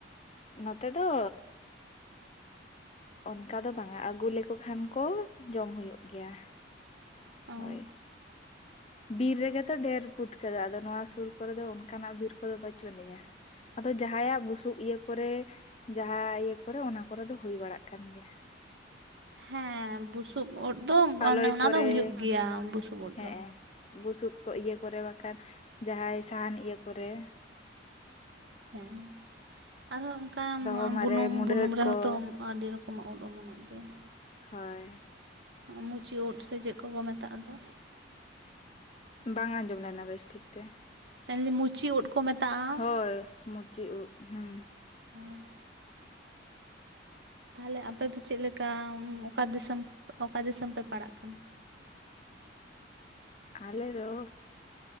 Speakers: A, on the left; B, on the right.
A: ᱱᱚᱛᱮ ᱫᱚ ᱚᱱᱠᱟ ᱫᱚ ᱵᱟᱝᱟ ᱟᱹᱜᱩ ᱞᱮᱠᱚ ᱠᱷᱟᱱ ᱠᱚ ᱡᱚᱢ ᱦᱩᱭᱩᱜ ᱜᱮᱭᱟ᱾
B: ᱚᱸᱻ
A: ᱦᱳᱭ ᱵᱤᱨ ᱨᱮᱜᱮ ᱛᱚ ᱰᱷᱮᱨ ᱯᱩᱴᱠᱟᱹ ᱫᱚ ᱟᱫᱚ ᱱᱚᱣᱟ ᱥᱩᱨ ᱠᱚᱨᱮ ᱫᱚ ᱚᱱᱠᱟᱱᱟᱜ ᱵᱤᱨ ᱠᱚᱫᱚ ᱵᱟᱹᱪᱩᱜ ᱟᱹᱱᱤᱢ-ᱟ᱾ ᱟᱫᱚ ᱡᱟᱦᱟᱸᱭᱟᱜ ᱵᱩᱥᱩᱵ ᱤᱭᱟᱹ ᱠᱚᱨᱮ ᱡᱟᱦᱟᱸ ᱤᱭᱟᱹ ᱠᱚᱨᱮ ᱚᱱᱟ ᱠᱚᱨᱮ ᱫᱚ ᱦᱩᱭ ᱵᱟᱲᱟᱜ ᱠᱟᱱ ᱜᱮᱭᱟ᱾
B: ᱦᱮᱸ, ᱵᱩᱥᱩᱵ ᱩᱫ ᱫᱚ
A: ᱯᱟᱞᱚᱭ
B: ᱚᱱᱮ ᱚᱱᱟ
A: ᱠᱚᱨᱮ
B: ᱫᱚ ᱦᱩᱭᱩᱜ ᱜᱮᱭᱟ ᱵᱩᱥᱩᱵ ᱩᱫ
A: ᱦᱮᱸ
B: ᱫᱚ᱾
A: ᱵᱩᱥᱩᱵ ᱠᱚ ᱤᱭᱟᱹ ᱠᱚᱨᱮ ᱵᱟᱝᱠᱷᱟᱱ, ᱡᱟᱦᱟᱸᱭ ᱥᱟᱦᱟᱱ ᱤᱭᱟᱹ ᱠᱚᱨᱮ
B: ᱦᱮᱸ ᱟᱨᱦᱚᱸ ᱚᱱᱠᱟ
A: ᱫᱚᱦᱚ ᱢᱟᱨᱮ
B: ᱵᱩᱱᱩᱢ,
A: ᱢᱩᱰᱷᱟᱹᱫ
B: ᱵᱩᱱᱩᱢ ᱨᱮᱦᱚᱸ
A: ᱠᱚ
B: ᱛᱚ ᱟᱹᱰᱤ ᱨᱚᱠᱚᱢᱟᱜ ᱩᱫ ᱚᱢᱚᱱᱚᱜ ᱜᱮᱭᱟ᱾
A: ᱦᱳᱭ᱾
B: ᱢᱩᱪᱤ ᱩᱫ ᱥᱮ ᱪᱮᱫ ᱠᱚᱠᱚ ᱢᱮᱛᱟᱜ ᱫᱚ?
A: ᱵᱟᱝ ᱟᱸᱡᱚᱢ ᱞᱮᱱᱟ ᱵᱮᱥ ᱴᱷᱤᱠ ᱛᱮ᱾
B: <unintelligible> ᱢᱩᱪᱤ ᱩᱫ᱾ ᱠᱚ ᱢᱮᱛᱟᱜ-ᱟ᱾
A: ᱦᱳᱭ, ᱢᱩᱪᱤ ᱩᱫ᱾ ᱦᱩᱸ᱾
B: <unintelligible> ᱛᱟᱦᱚᱞᱮ ᱟᱯᱮ ᱫᱚ ᱪᱮᱫ ᱞᱮᱠᱟ? ᱚᱠᱟ ᱫᱤᱥᱚᱢ ᱚᱠᱟ ᱫᱤᱥᱚᱢ ᱯᱮ ᱯᱟᱲᱟᱜ ᱠᱟᱱᱟ?
A: ᱟᱞᱮ ᱫᱚ